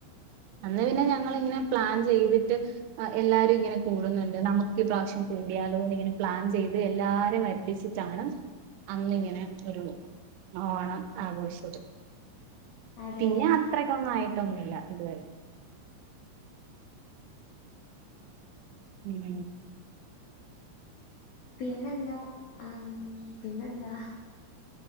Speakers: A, on the right (about 85°); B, on the left (about 80°).
A: അന്ന് പിന്നെ ഞങ്ങളിങ്ങനെ പ്ലാൻ ചെയ്തിട്ട് എല്ലാരും ഇങ്ങനെ കൂടുന്നുണ്ട് നമുക്ക് ഇ പ്രാവശ്യം കൂടിയാലോന്ന് ഇങ്ങനെ പ്ലാൻ ചെയ്ത് എല്ലാരെയും വരുത്തിച്ചിട്ടാണ് അന്നിങ്ങനെ ഒരു ഓണം ആഘോഷത്
B: അതെല്ലേ
A: പിന്നെ അത്രക്കൊന്നായി ട്ടൊന്നുല്ല ഇതുവരെ ഉം
B: പിന്നെന്താ ആ പിന്നെന്താ